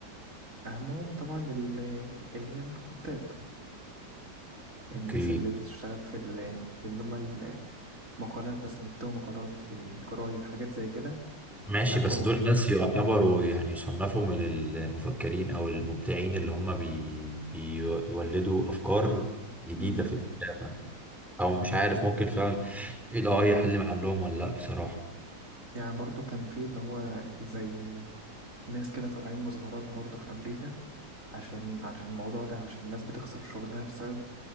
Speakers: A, on the right; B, in the centre.
A: اهمهم طبعا ال- اللي هي الكتاب
B: اوكي
A: الناس اللي بتشتغل في ال في اللي هم المقالات مثلا بيكتبوا مقالات في جرايد حاجات زي كده
B: ماشي
A: لا
B: بس
A: هو
B: دول بس يعتبروا يعني يصنفوا من المفكرين او المبدعين اللي هم بي بيولدوا افكار جديدة
A: مم.
B: في الكتابة او مش عارف ممكن فعلا ال AI يحل محلهم ولا لا بصراحة
A: يعني برضو كان في اللي هو زي ناس كده طالعين مظاهرات برضو في أمريكا عشان عشان الموضوع ده عشان الناس بتخسر شغلها بسبب